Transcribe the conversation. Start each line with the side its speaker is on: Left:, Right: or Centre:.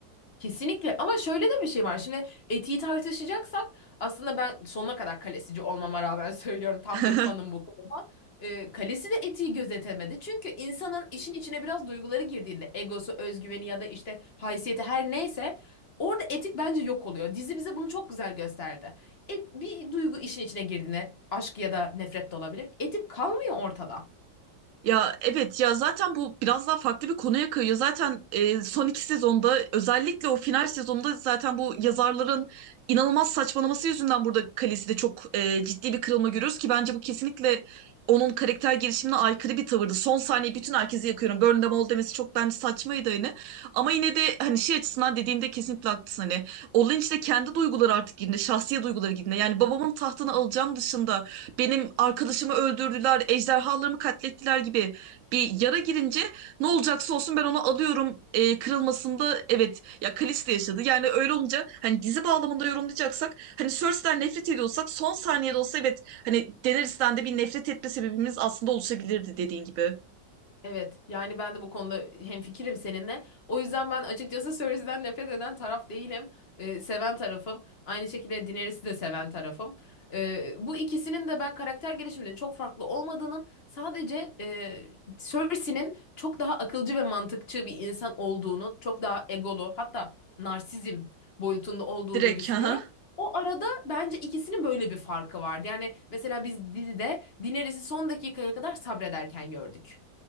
Left: Kesinlikle ama şöyle de bir şey var. Şimdi etiği tartışacaksak aslında ben sonuna kadar kalesici olmama rağmen <laughs> söylüyorum tam
Right: <laughs>
Left: bir fanım bu konuda. Ee, kalesi de etiği gözetemedi. Çünkü insanın işin içine biraz duyguları girdiğinde egosu, özgüveni ya da işte haysiyeti her neyse orada etik bence yok oluyor. Dizi bize bunu çok güzel gösterdi. Et, bir duygu işin içine girdiğinde aşk ya da nefret de olabilir. Etik kalmıyor ortada.
Right: Ya evet ya zaten bu biraz daha farklı bir konuya kayıyor. Zaten e, son iki sezonda özellikle o final sezonunda zaten bu yazarların inanılmaz saçmalaması yüzünden burada Khaleesi'de çok e, ciddi bir kırılma görüyoruz ki bence bu kesinlikle onun karakter gelişimine aykırı bir tavırdı. Son saniye bütün herkesi yakıyorum. Burn them all demesi çok bence saçmaydı hani. Ama yine de hani şey açısından dediğinde kesinlikle haklısın hani. Olin de kendi duyguları artık girdiğinde, şahsi duyguları girdiğinde. Yani babamın tahtını alacağım dışında benim arkadaşımı öldürdüler, ejderhalarımı katlettiler gibi bir yara girince ne olacaksa olsun ben onu alıyorum e, kırılmasında evet ya Kalista yaşadı. Yani öyle olunca hani dizi bağlamında yorumlayacaksak hani Cersei'den nefret ediyorsak son saniyede olsa evet hani Daenerys'ten de bir nefret etme sebebimiz aslında oluşabilirdi dediğin gibi.
Left: Evet, yani ben de bu konuda hemfikirim seninle. O yüzden ben açıkçası Cersei'den nefret eden taraf değilim. Ee, seven tarafım. Aynı şekilde Daenerys'i de seven tarafım. Ee, bu ikisinin de ben karakter gelişiminin çok farklı olmadığının sadece e, Cersei'nin çok daha akılcı ve mantıkçı bir insan olduğunu, çok daha egolu hatta narsizm boyutunda olduğunu
Right: Direkt
Left: düşünüyorum.
Right: ha.
Left: O arada bence ikisinin böyle bir farkı vardı. Yani mesela biz dizide Daenerys'i son dakikaya kadar sabrederken gördük.